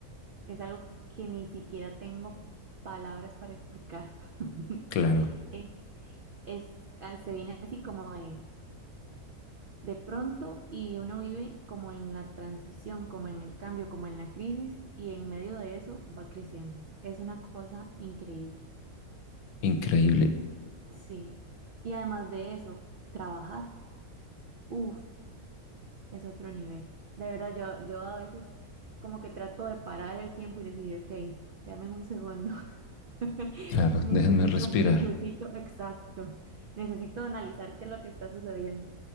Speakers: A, on the right; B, on the left.
A: Es algo que ni siquiera tengo palabras para explicar. <laughs>
B: Claro,
A: Es, es- ah, se viene así como de, de pronto y uno vive como en la transición, como en el cambio, como en la crisis y en medio de eso va creciendo. Es una cosa increíble.
B: increíble.
A: Y, sí. Y además de eso, trabajar, uff, es otro nivel. De verdad, yo, yo a veces como que trato de parar el tiempo y decir, ok, dame un segundo. <laughs>
B: Claro,
A: Necesito,
B: déjenme respirar.
A: necesito, exacto, necesito analizar qué es lo que está sucediendo.